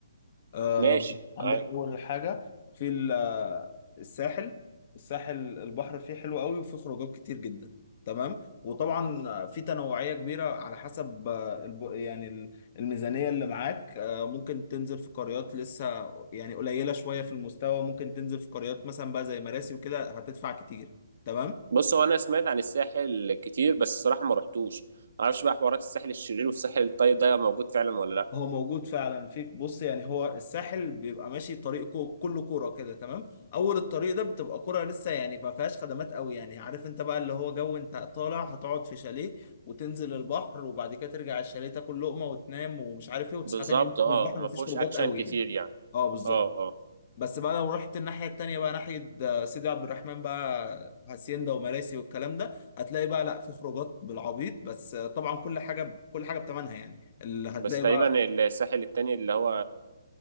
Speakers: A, on the left; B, on the right.
A: آه،
B: ماشي
A: عندك
B: عادي.
A: اول حاجه في ال- آه، الساحل الساحل البحر فيه حلو قوي وفيه خروجات كتير جدا تمام وطبعا آه، في تنوعية كبيرة على حسب آه، الب- يعني ال- الميزانية اللي معاك آه، ممكن تنزل في قريات لسه يعني قليلة شوية في المستوى ممكن تنزل في قريات مثلا بقى زي مراسي وكده هتدفع كتير تمام
B: بص هو انا سمعت عن الساحل كتير بس الصراحه ما رحتوش معرفش بقى حوارات الساحل الشرير والساحل الطيب ده موجود فعلا ولا لا
A: هو موجود فعلا فيك بص يعني هو الساحل بيبقى ماشي طريق كو- كله كوره كده تمام اول الطريق ده بتبقى كوره لسه يعني ما فيهاش خدمات قوي يعني عارف انت بقى اللي هو جو انت طالع هتقعد في شاليه وتنزل البحر وبعد كده ترجع الشاليه تاكل لقمه وتنام ومش عارف ايه وتصحى
B: بالظبط
A: تاني يوم تنزل
B: اه
A: البحر
B: ما
A: ما فيش
B: فيهوش
A: خروجات
B: اكشن
A: قوي
B: كتير
A: يعني
B: يعني
A: اه بالظبط
B: اه اه
A: بس بقى لو رحت الناحيه التانيه بقى ناحيه آه، سيدي عبد الرحمن بقى هاسيندا ومراسي والكلام ده هتلاقي بقى لا في خروجات بالعبيط بس آه، طبعا كل حاجه كل حاجه بثمنها يعني اللي هتلاقي
B: بس تقريبا
A: بقى
B: الساحل التاني اللي هو